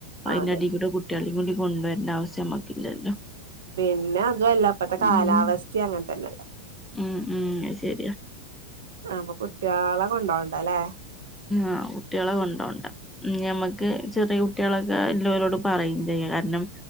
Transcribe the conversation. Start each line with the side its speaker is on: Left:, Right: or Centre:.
Centre: അയ്ൻ്റെടീ
Right: അതന്നെ
Centre: കൂടെ കുട്ട്യാളിം കൂടി കൊണ്ടുവരണ്ട ആവശ്യം നമ്മക്കില്ലല്ലോ.
Right: പിന്നെ അതു അല്ല ഇപ്പത്തെ
Centre: ഉം
Right: കാലാവസ്ഥിം അങ്ങൻത്തന്നെല്ലേ
Centre: ഉം ഉം അത് ശരിയാ
Right: അപ്പം കുട്ട്യാളെ കൊണ്ടോവണ്ടല്ലേ
Centre: ആഹ് കുട്ട്യാളെ കൊണ്ടോ ണ്ട. ഇഞ്ഞമ്മക്ക് ചെറിയ കുട്ടിയേളൊക്കെ ഇല്ലോരോട് പറയും ചെ യ്യ. കാരണം